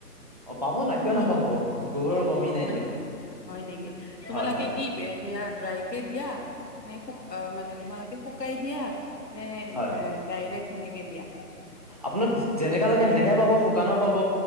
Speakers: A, on the right; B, on the left.
A: অ পাব না কিয় নাপাব গোবৰৰ
B: অ',
A: কমি
B: অ',
A: নাই
B: মানে
A: দিয়ক
B: হয় নেকি? তোমালোকে
A: হয় হয়
B: কি সেয়া ড্ৰাই <unintelligible> দিয়া নে শু আহ মানে তোমালোকে শুকাই দিয়া। নে
A: হয়
B: ডাইৰেক সেনেকে দিয়া।
A: আপোনাক যেনেকা লাগে সেনেকাই পাব শুকানো পাব